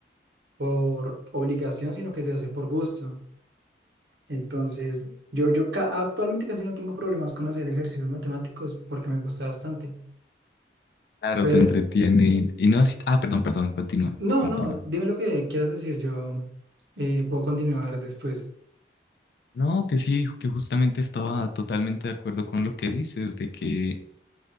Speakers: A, on the right (about 80°); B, on the left (about 65°).
A: por obligación, sino que se hace por gusto. Entonces, yo, yo ca- actualmente casi no tengo problemas con hacer ejercicios matemáticos porque me gusta bastante.
B: Claro,
A: Pero,
B: te entretiene y, y no así- Ah, perdón, perdón, continúa,
A: no,
B: continúa.
A: no, dime lo que quieras decir. Yo eh, puedo continuar después.
B: No, que sí, que justamente estaba totalmente de acuerdo con lo que dices, de que